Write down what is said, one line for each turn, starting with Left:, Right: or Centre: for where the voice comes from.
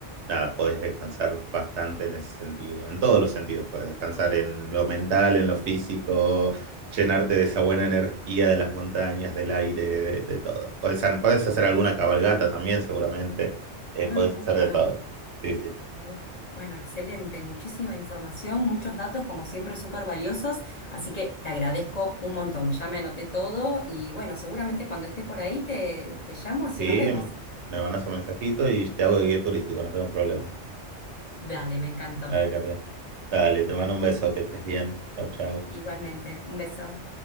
Right: nada, podés descansar bastante en ese sentido, en todos los sentidos, podés descansar en lo mental, en lo físico, llenarte de esa buena energía de las montañas, del aire, de, de todo. Podés, podés hacer alguna cabalgata también seguramente, eh,
Left: Ah,
Right: podés
Left: me gusta.
Right: hacer de todo. Sí, sí, sí.
Left: Me gusta. Bueno, excelente. Muchísima información, muchos datos, como siempre, súper valiosos. Así que te agradezco un montón. Ya me anoté todo y bueno, seguramente cuando esté por ahí te, te llamo, así
Right: Sí,
Left: nos vemos.
Right: me mandas un mensajito y te hago de guía turístico, no tengo problema.
Left: Dale, me encantó.
Right: Dale, Kate. Dale, te mando un beso, que estés bien. Chau, chau.
Left: Igualmente, un beso.